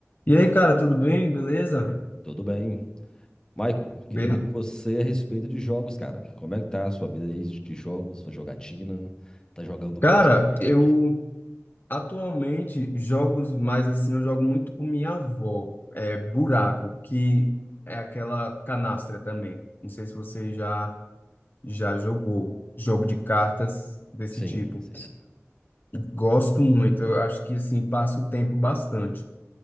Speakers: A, on the left; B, on the left.
A: E aí, cara, tudo bem? Beleza?
B: Tudo bem. Michael, queria
A: Beleza.
B: ver com você a respeito de jogos, cara. Como é que tá a sua vida aí de de jogos, sua jogatina? Tá jogando
A: Cara,
B: muito ultimamente?
A: eu atualmente jogos mais assim, eu jogo muito com minha avó, é Buraco, que é aquela canastra também. Não sei se você já já jogou jogo de cartas desse
B: Sim,
A: tipo.
B: sim.
A: Gosto muito, eu acho que assim passo o tempo bastante.